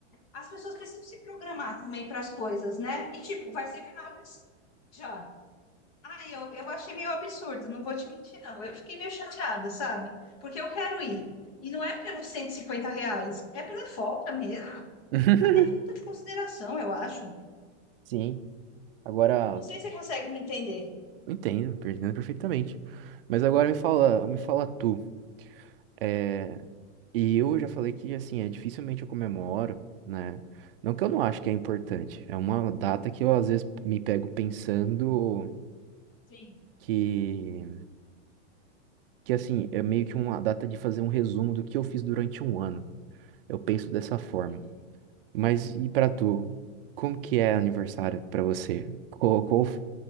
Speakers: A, on the left (about 30°); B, on the right (about 50°).
A: as pessoas precisam se programar também para as coisas, né? E tipo, vai ser final desse- já. Ah, eu, eu achei meio absurdo, não vou te mentir, não. Eu fiquei meio chateada, sabe? Porque eu quero ir. E não é pelos 150 reais, é pela falta mesmo.
B: <laughs>
A: Tá Até falta de consideração, eu acho.
B: Sim. Agora,
A: Não sei se você consegue me entender.
B: Eu Entendo, eu entendo perfeitamente. Mas agora me fala, me fala tu. É, e eu já falei que assim, é dificilmente eu comemoro, né? Não que eu não acho que é importante. É uma data que eu às vezes me pego pensando
A: Sim,
B: que, que assim, é meio que uma data de fazer um resumo do que eu fiz durante um ano. Eu penso dessa forma.
A: entendi.
B: Mas e pra tu? Como que é aniversário pra você? Qual- qual f-